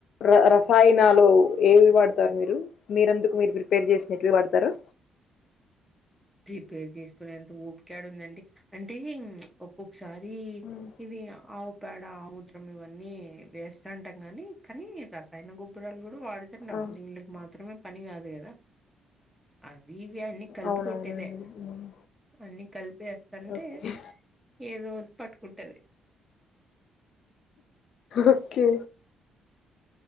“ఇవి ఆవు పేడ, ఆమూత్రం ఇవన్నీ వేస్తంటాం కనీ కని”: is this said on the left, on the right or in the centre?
Centre